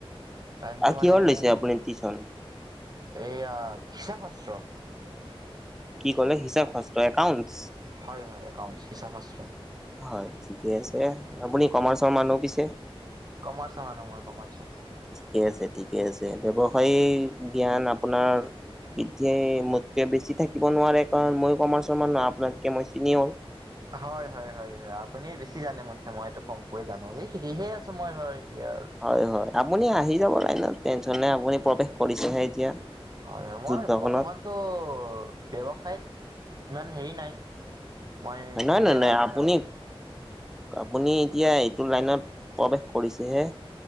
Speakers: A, on the right (about 40°); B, in the centre.
A: টাইমটো
B: আৰু
A: মানে
B: কিহৰ
A: ইমান
B: লৈছে আপুনি টিউচন?
A: এইয়া হিচাপ শাস্ত্ৰ।
B: কি ক'লে হিচাব শাস্ত একাউণ্টছ?
A: হয়-হয়, একাউণ্ট হিচাপ শাস্ত।
B: হয় ঠিকে আছে। আপুনি কমাৰ্চৰ মানুহ পিছে?
A: কমাৰ্চৰ মই কমাৰ্চৰ।
B: ঠিকে আছে, ঠিকে আছে। ব্যৱসায়িক জ্ঞান আপোনাৰ এতিয়া মোতকে বেছি থাকিব নোৱাৰে কাৰণ মই কমাৰ্চৰ মানুহ আপোনাতকে মই চিনিয়ৰ।
A: হয়-হয়-হয়-হয়। আপুনি বেছি জানে মোতকে মই এইটো কম কে জানো এই। সিকি হে আছো মই এতিয়া আৰু।
B: হয়-হয় আপুনি আহি যাবাই টেনচন নাই আপুনি প্ৰৱেশ কৰিছেহে এতিয়া।
A: হয় মই
B: যুদ্ধখনত
A: বৰ্তমানতো ব্যৱসায়ত ইমান হেৰি নাই। মই এইয়া
B: হয় নহয় নহয় নহয়
A: আপোনাৰ
B: আপুনি আপুনি এতিয়া এইটো লাইনত প্ৰৱেশ কৰিছেহে।